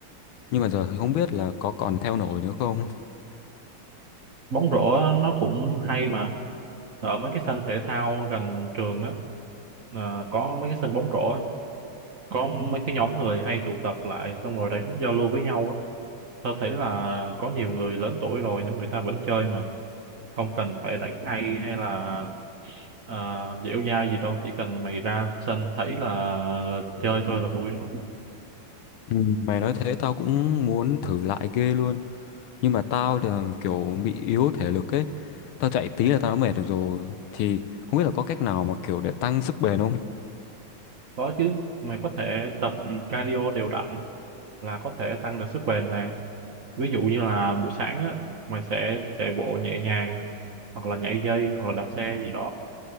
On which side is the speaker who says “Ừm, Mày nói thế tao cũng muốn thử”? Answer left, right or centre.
Left